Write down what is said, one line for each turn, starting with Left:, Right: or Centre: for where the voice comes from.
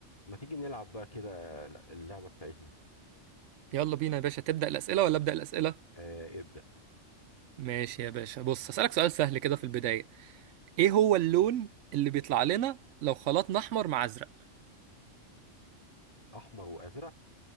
Left: ما تيجي نلعب بقى كده اللعبة بتاعتنا
Right: يلا بينا يا باشا تبدأ الأسئلة ولا أبدأ الأسئلة؟
Left: آه ابدأ
Right: ماشي يا باشا بص هسألك سؤال سهل كده في البداية إيه هو اللون اللي بيطلع لنا لو خلطنا أحمر مع أزرق؟
Left: أحمر وأزرق